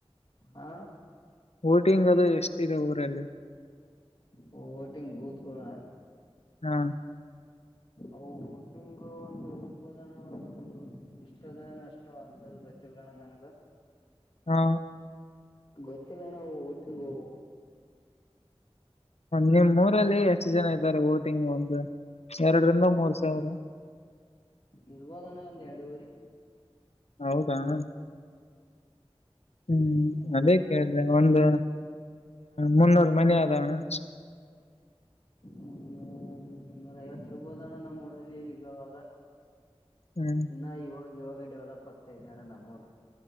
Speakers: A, on the left (about 55°); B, on the left (about 85°).
A: ಹಾ
B: ಓಟಿಂಗ್ ಅ. ಅದು ಎಷ್ಟಿದೆ ಊರಲ್ಲಿ.
A: ವೋಟಿಂಗ್ ಬೂತ್ ಗಳ.
B: ಹಾ
A: ಅವು ಓಟಿಂಗ್ ಒಂದು ಇರ್ಬೋದಣ್ಣ ಒಂದು ಇಷ್ಟ ಅಷ್ಟ ಅಂದಾಜ್ ಗೊತ್ತಿಲ್ಲ ಅಣ್ಣ ನನ್ಗ.
B: ಹಾ
A: ಗೊತ್ತಿಲ್ಲ ನಾವು ಓಟಿಂಗ ಹೋ.
B: ನಿಮ್ ಊರಲ್ಲಿ ಎಷ್ಟು ಜನ ಇದ್ದಾರೆ ಓಟಿಂಗ್ ಒಂದು. ಎರಡರಿಂದ ಮೂರ್ ಸಾವಿರ.
A: ಇರ್ಬೋದ್ ಅಣ್ಣ ಒಂದ ಎರಡುವರಿ.
B: ಹೌದಾ ಅಣ್ಣ. ಹ್ಮ್ ಅದೇ. ್ರೆ ಒಂದು ಮುನ್ನೂರು ಮನೆ ಅದವ್ವ ಅಣ್ಣ.
A: ಮುನ್ನೂರ ಮುನ್ನೂರ ಐವತ್ತು ಇರ್ಬೋದ್ ಅಣ್ಣ ನಮ್ಮ್ ಊರಲ್ಲಿ ಈಗ ಅವಾಗ.
B: ಹ್ಮ್
A: ಇನ್ನ ಇವಾಗ. ಇವಾಗ ಡೆವಲಪ್ ಆಗ್ತಾ ಇದೆ ಅಣ್ಣ ನಮ್ಮೂರು.